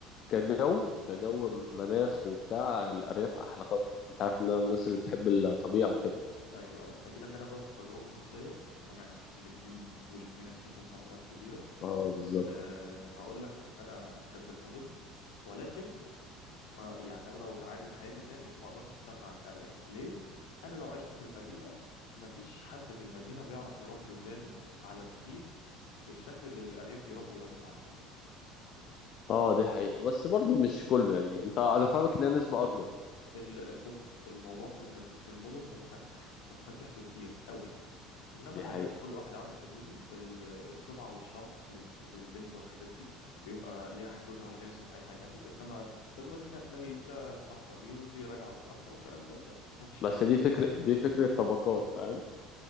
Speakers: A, on the left; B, on the left.
A: كجو
B: اه
A: كجو م- مناخ وبتاع الأرياف أحلى طب أنت عارف إن أنا من الناس اللي بتحب الطبيعة وكده
B: ايوه ايوه اجي لك انا بقى من تجربه شخصيه ان انا عشت في الاثنين والاثنين عشت فيهم فترات كبيره
A: اه بالظبط
B: أه هقول لك ان انا احب المدن ولكن ما يعني انا لو اتعادت حياتي تاني ما اقدرش استغنى عن الارياف ليه انا لو عشت في المدينه ما فيش حد في المدينه بيعرف يربي ولاده على الدين بالشكل اللي الارياف بيربوا ولادهم عليه
A: اه دي حقيقة بس برضو مش كله يعني انت انا فاهمك ان هي نسبة اكبر
B: ال- البص الموضوع في المدي... في المدن متفتح متفتح بكتير قوي انما
A: دي
B: الارياف
A: حقيقة
B: كل واحد عارف حدوده ال- السمعه والشرف لل... للبنت والحاجات دي بيبقى ليها حدودها وليها سمعتها جامد انما في المدينه تلاقي ده مصاحبه دي ودي راجعه متاخر والكلام ده مفيش الكلام
A: بس دي
B: ده في
A: فكرة
B: الارياف
A: دي فكرة طبقات فاهم